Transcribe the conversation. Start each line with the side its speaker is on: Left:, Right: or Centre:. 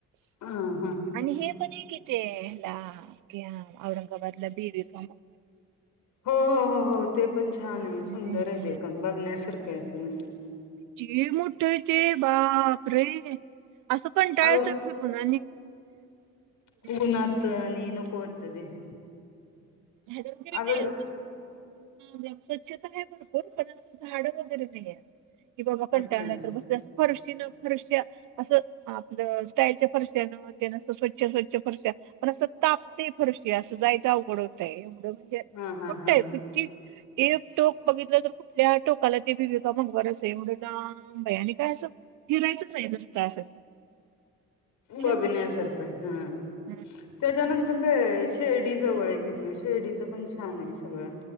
Left: हम <unintelligible>
Right: आणि हे पण एक अ तेलाक <unintelligible> औरंगाबादला बीड कामब
Left: हो- हो -हो -हो ते पण छान आहे
Right: हम्म
Left: सुंदर आहे ते पण बघण्यासारखे असं म्हणज
Right: जे मोठ्ठं हाय ते बाप अे <unintelligible> असं पण <unintelligible> टाळतोय
Left: अ
Right: फिरून आणि एवढं
Left: क्षणात
Right: आहे तिथे सगळं.
Left: आणि नको कोट <unintelligible> त ते <unintelligible>
Right: झाडण तरी
Left: अगं
Right: <unintelligible> नाहीेत नुस <unintelligible> स्वच्छता आहे भरपूर पण असं झाड वगैरे नाही आहेत इव मग पण
Left: अच्छा
Right: त्याय बस <unintelligible> फरशीनं फरश असं आपलं स्टाईलच्या फरशन त्या न स्वच्छ स्वच्छ फरश पण असं तापते फरशीया असं जायचं अवघड होत तेय <unintelligible>
Left: हा हा
Right: मोठय
Left: हा हा
Right: कचीी <unintelligible> एक टोक बघितलं तर कुठल्या टोकाला ते भिवेगा मग बरच <unintelligible> एवढं लांब.. हाय आणि काय असं फिरायचंच आहे नुसता असं
Left: बघण्यासारखं
Right: छान वाटतय
Left: हा
Right: पण
Left: त्याच्यानंतर ते शिर्डी जवळ आहे तथ शिर्डीचं पण छान आहे सगळं